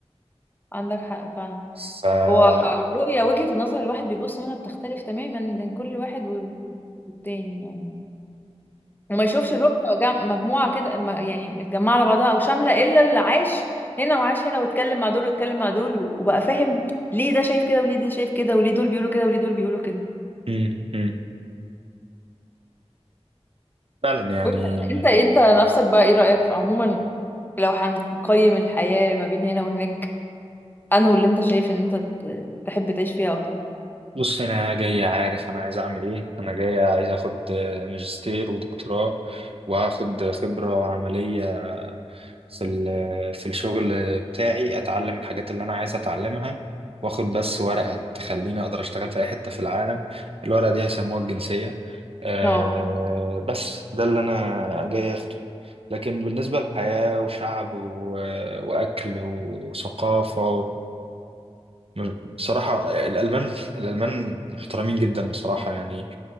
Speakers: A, on the left; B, on the right.
A: عندك حق فعلا
B: ف آه،
A: هو الرؤية وجهة النظر الواحد بيبص منها بتختلف تماما بين كل واحد وال- والتاني يعني وما يشوفش الرؤية جم- مجموعة كده م- يعني متجمعة على بعضها أو شاملة إلا اللي عاش هنا وعاش هنا واتكلم مع دول واتكلم مع دول و- وبقى فاهم ليه ده شايف كده وليه ده شايف كده وليه دول بيقولوا كده وليه دول بيقولوا كده
B: مم، مم. فعلا يعني
A: وانت انت انت نفسك بقى ايه رأيك في عموما لو هنقيم الحياة ما بين هنا وهناك انه اللي انت شايف ان انت ت- تحب تعيش فيها اكتر
B: بص انا جاي عارف انا عايز اعمل ايه انا جاي عايز اخد ماجستير ودكتوراه واخد خبرة عملية في ال- في الشغل بتاعي اتعلم الحاجات اللي انا عايز اتعلمها واخد بس ورقة تخليني اقدر اشتغل في اي حتة في العالم الورقة دي هيسموها الجنسية أه
A: اه
B: بس ده اللي انا جاي اخده لكن بالنسبة للحياة وشعب و- وأكل وثقافة بصراحة الألمان الألمان محترمين جدا بصراحة يعني